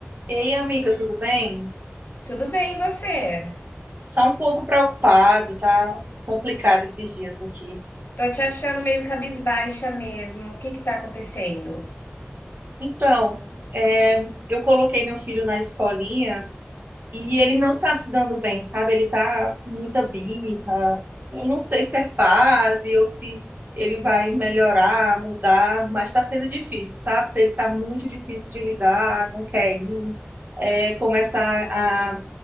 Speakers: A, on the right; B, on the left.
A: Ei, amiga, tudo bem?
B: Tudo bem, e você?
A: Só um pouco preocupado, tá complicado esses dias aqui.
B: Tô te achando meio cabisbaixa mesmo. O que que tá acontecendo?
A: Então, é, eu coloquei meu filho na escolinha e ele não tá se dando bem, sabe? Ele tá com muita birra. Eu não sei se é fase ou se ele vai melhorar, mudar, mas tá sendo difícil, sabe? Ele tá muito difícil de lidar, não quer ir, é, começar a